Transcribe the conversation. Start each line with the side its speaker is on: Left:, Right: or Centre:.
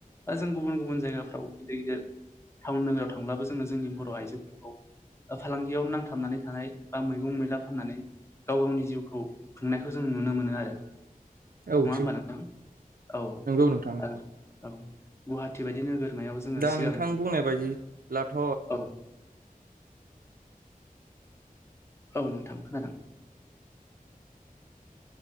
Left: बा जों गुबुन गुबुन जायगाफ्राव गिदिर गिदिर टाउन नोगोराव थांब्लाबो जोङो जोंनि बर' आइजोफोरखौ फालांगियाव नांथाबनानै थानाय बा मैगं मैला फाननानै गाव गावनि जिउखौ खुंनायखौ जों नुनो मोनो आरो।
Right: औ
Left: नङा होमबा
Right: सैथो
Left: नोंथां औ
Right: नंगौ नोंथां नंगौ
Left: ओं औ गुवाहाटि बायदि नोगोर <inaudible> जोङो
Right: दा
Left: सिगां
Right: नोंथां बुंनाय बायदिब्लाथ'
Left: औ औ नोंथां खोनादों।